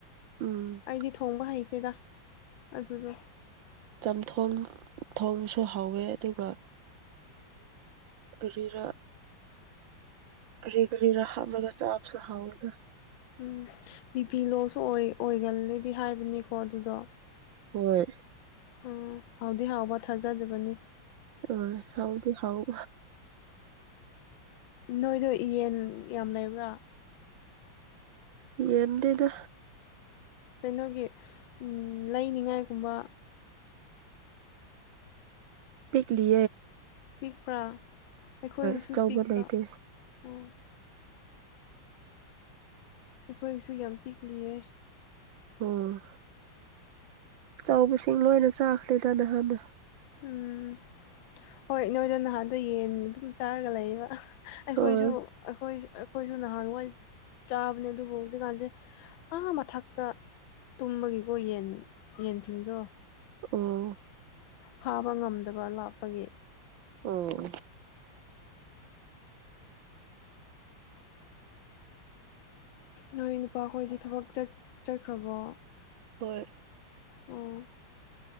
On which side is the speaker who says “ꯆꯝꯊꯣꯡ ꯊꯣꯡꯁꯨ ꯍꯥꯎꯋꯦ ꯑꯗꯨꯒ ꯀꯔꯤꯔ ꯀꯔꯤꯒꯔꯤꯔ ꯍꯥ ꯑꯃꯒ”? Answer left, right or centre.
Right